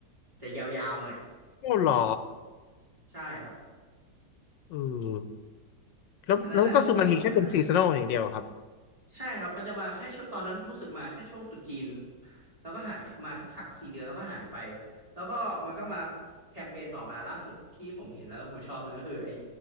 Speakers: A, on the right (about 20°); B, on the left (about 80°).
A: จะยาวๆหน่อย
B: โอ้เหรอ
A: ใช่ครับ
B: เออแล้วแล้วก็คือมันมีแค่เป็นซีซันอลอย่างเดียวอะครับ
A: อันนั้นน่ะช่วงหนึ่งออกมา ใช่ครับมันจะมาแค่ช่วงตอนนั้นรู้สึกมาแค่ช่วงตรุษจีนแล้วก็หายมาสักสามสี่เดือนแล้วก็หายไปแล้วก็มันก็มาแคมเปญต่อมาล่าสุดที่ผมเห็นแล้วผมชอบนนก็คือไอ้